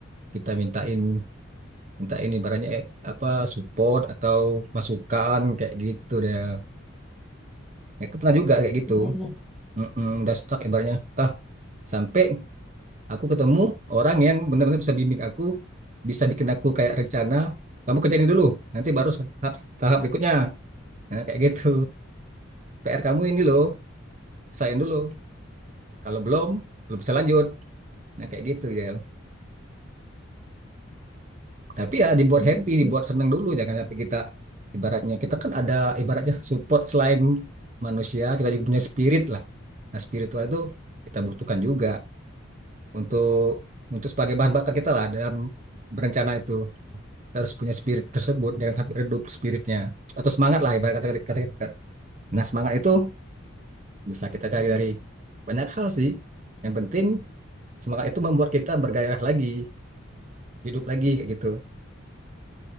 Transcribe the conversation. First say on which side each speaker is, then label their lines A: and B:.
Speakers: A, on the right; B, in the centre.
A: kita mintain mintain ibaratnya eh, apa support atau masukan kayak gitu deh. Ya, aku pernah juga kayak gitu.
B: iya iya
A: Mm-mm, udah stuck ibaratnya. Ah, sampai aku ketemu orang yang benar-benar bisa bimbing aku bisa bikin aku kayak rencana kamu kerjain ini dulu nanti baru tahap tahap berikutnya nah kayak gitu PR kamu ini loh selesaiin dulu kalau belum belum bisa lanjut nah kayak gitu ya tapi ya dibuat
B: Mm,
A: happy
B: sih
A: dibuat seneng dulu jangan sampai kita ibaratnya kita kan ada ibaratnya support selain manusia kita juga punya spirit lah nah spiritual itu kita butuhkan juga untuk untuk sebagai bahan bakar kita lah dalam berencana itu harus punya spirit tersebut jangan sampai redup spiritnya atau semangat lah ibarat kata kata kita nah semangat itu bisa kita cari dari banyak hal sih yang penting semangat itu membuat kita bergairah lagi hidup lagi kayak gitu